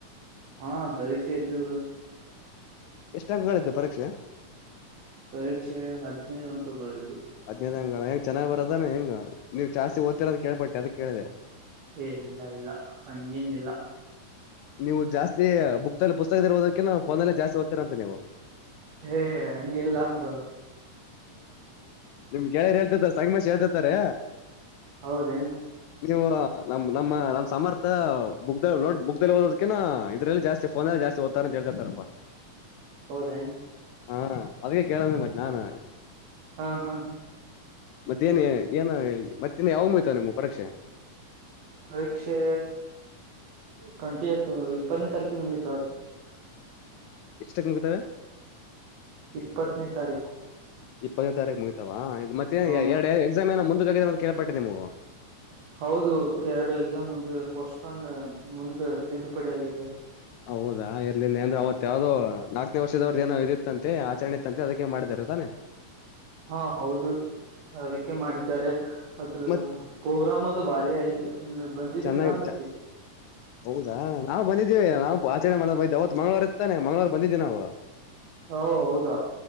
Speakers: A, on the right; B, on the left.
A: ಹಾ ಪರೀಕ್ಷೆ ಇದ್ದು.
B: ಎಷ್ಟು ಅಂಗಗಳಿದ್ದು ಪರೀಕ್ಷೆ.
A: ಪರೀಕ್ಷೆ ಹದ್ಿನೈದು ಅಂಕಗಳ್ದು.
B: ಹದ್ೈದ್ ಅಂಗಳಾ ಹೆಂಗ ಚೆನ್ನಾಗಿ ಬರೋದಾನ ಹೆಂಗ. ನೀವ್ ಜಾಸ್ತಿ ಓದ್ತೀರ ಅಂತ ಕೇಳ್ಪಟ್ಟೆ ಅದಕ್ ಕೇಳಿದೆ
A: ಏ ಇಲ್ಲ ಇಲ್ಲ ಹಂಗೇನ ಇಲ್ಲ.
B: ನೀವು ಜಾಸ್ತಿ ಬುಕ್ಲ್ಲಿ ಪುಸ್ತಕ ಇರವುದಕಿ ೋಲ್ಲೇ ಜಾಸ್ತಿಓದ್ತಿರಂತೆಂತ ನೀವು.
A: ಹೇ ಹಂಗಿಲ್ಲಾರು.
B: ನಿಮ್ಗೆಳ ಹೇಳ್ತಿತ ಸಂಗಮೇಶ ಹೇಳುತ್ತಾರೆ.
A: ಹೌದೇನ್.
B: ನೀವು ನಮ್ ನಮ್ಮ ನಮ್ಮ ಸಮರ್ಥ ಬುಕ್ ನೋ ಬುಕ್ಲ್ಲಿ ಓದೋದಕನಾ ಇದ್ರಲ್ಲಿ ಜಾಸ್ತಿ. ಫೋನಲ್ಲಿ ಜಸ್ತಿ ಓತಾರಂತೇಳ್ತಾರಪ್ಪ.
A: ಹೌದೇ.
B: ಹಾ ಅವೇ ಕೇಳಿದ ಮತ್ತ ನಾನ್.
A: ಹಾ ಹಾ ಹಾ-
B: ಮತ್ತೇನ್ ಏನು ಮತ್ತೇನ್ನು ಯಾವಾಗ ಮುಯ್ತವ ನಿಮ್ಮ ಪರೀಕ್ಷೆ.
A: ಪರೀಕ್ಷೆ ಟ್ವೆಂಟಿ ಎತ್ ಇಪ್ಪನೇ ತಾರೀಕಿ ಮುಗಿತಾವರಿ.
B: ಎಷ್ಟಕ್ಕೆ ಮುಗ್ತಾರೆ.
A: ಇಪ್ಪತ್ತನೇ ತಾರೀಕು.
B: ಇಪ್ಪತ್ತನೇ ತಾರೀಕು ಮುಗಿತಾವ ಮತ್ತೆ
A: ಹ
B: ಎರಡು ಎಕ್ಸಾಮ್ ಏ ಮು ಆಗಿದ ಅಂತ ಕೇಳಳ್ಪಟ್ಟೆ ನೀವು.
A: ಹೌದು ಎರಡು ಎಕ್ಸಾಮ್ ಒಂದು ಪೋಸ್ಟ್ಪೋನ್ ಮುಂದ ತಿದ್ದುಪಡಿ ಆಗಿದೆ.
B: ಹೌದಾ ಇರ್ಲಿಲ್ಲ ಅಂದ್ರೆ ಅವತ್ ಯಾವ್ದೋ ನಾಲ್ಕನೇ ವರ್ಷದವ್ರದ ಜನ ಇದ ಇತ್ತಂತೆ ಆಚರಣೆ. ಅದಕ್ಕೆ ಮಾಡಿದಾರ ತಾನೆ.
A: ಹಾ ಹೌದು ಅದಕ್ಕೆ ಮಾಡಿದ್ದಾರೆ ಅದ್ರ
B: ಮತ್
A: ಪ್ರೋಗ್ರಾಮ್ ಅದು ಭಾರಿ ಐತೆ. ನೀ ಬಂದಿದ್ರೆ
B: ಚೆನ್ನಾಗಿ
A: ಕಾಣ್ತೈತಿ.
B: ಹೌದಾ ನಾವು ಬಂದಿದ್ದೀವಿ ನಾವು ಆಚರಣೆ ಮಾಡ ಮೈ ಅವತ್ ಮಂಗಳವಾರ ಇರ್ತಾನೆ ಮಂಗಳವಾರ ಬಂದಿದ್ದವಿ ನಾವು.
A: ಹ ಹೌದಾ.